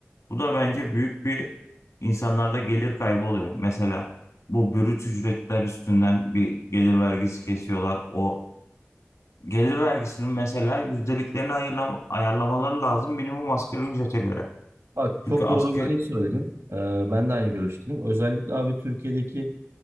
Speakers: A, on the left (about 75°); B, on the right (about 70°).
A: Bu da bence büyük bir insanlarda gelir kaybı oluyor. Mesela bu brüt ücretler üstünden bir gelir vergisi kesiyorlar. O gelir vergisinin mesela yüzdeliklerini ayırlam- ayarlamaları lazım minimum asgari ücrete göre.
B: Bak
A: Çünkü
B: çok
A: asgari
B: doğru bir şey söyledin. Ee, ben de aynı görüşteyim. Özellikle abi Türkiye'deki